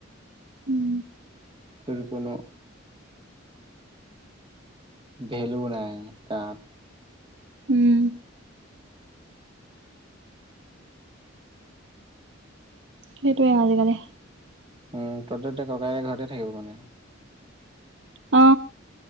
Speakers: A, on the right; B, on the right.
A: উম
B: তোৰ কোনো ভেলু নাই তাত
A: উম হেটোৱে আজিকালি
B: উম তোৰতো এতিয়া ককায়েৰে ঘৰতে থাকিব মানে
A: অ